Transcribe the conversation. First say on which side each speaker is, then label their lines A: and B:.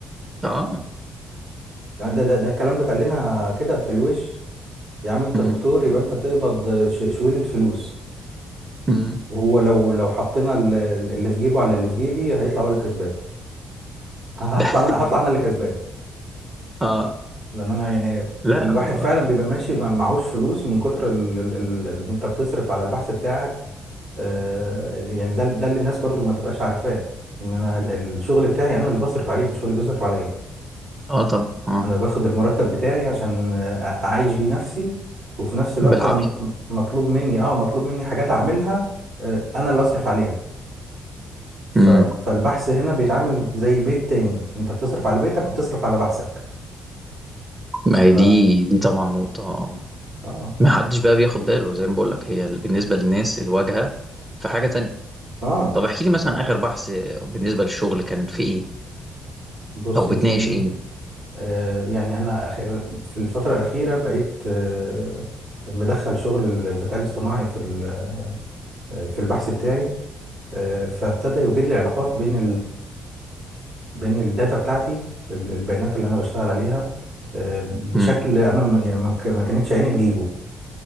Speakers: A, on the right; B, on the right.
A: اه
B: يعني ده ده, ده الكلام ده اتقالنا كده في الوش يا عم انت
A: امم
B: دكتور يبقى انت بتقبض ش- شويلة فلوس
A: امم
B: وهو لو لو حطينا ال- اللي في جيبه على اللي في جيبي هيطلع هو اللي كسبان ه- هطلع
A: ده
B: انا هطلع انا اللي كسبان
A: اه
B: لان انا يعني
A: لا
B: الواحد
A: هو
B: فعلا بيبقى ماشي مع- معهوش فلوس من كتر ال- ال- ال- اللي انت بتصرف على البحث بتاعك آه يعني ده ده اللي الناس برضو ما تبقاش عارفاه ان انا ال- الشغل بتاعي انا اللي بصرف عليه مش هو اللي بيصرف عليا
A: اه طبعا اه
B: انا باخد المرتب بتاعي عشان آه، اعيش بيه نفسي وفي نفس الوقت
A: بالعافيه
B: انا م- مطلوب مني اه مطلوب مني حاجات اعملها آه، انا اللي اصرف عليها ف-
A: امم
B: فالبحث هنا بيتعامل زي بيت تاني انت بتصرف على بيتك وبتصرف على بحثك
A: ما
B: ف
A: هي دي دي طبعا نقطه اه
B: اه
A: ما حدش بقى بياخد باله زي ما بقول لك هي بالنسبه للناس الواجهه في حاجه تانية
B: اه
A: طب احكي لي مثلا اخر بحث بالنسبه للشغل كان في ايه
B: بص
A: او بتناقش
B: يا سيدي
A: ايه
B: آه يعني انا أخ... في الفترة الأخيرة بقيت آه مدخل شغل الذكاء الاصطناعي في ال- آه، في البحث بتاعي آه، فابتدى يوجد لي علاقات بين بين الداتا بتاعتي ال- البيانات اللي انا بشتغل عليها آه، بشكل
A: امم
B: انا م- يعني ما ك- ما كانتش عيني تجيبه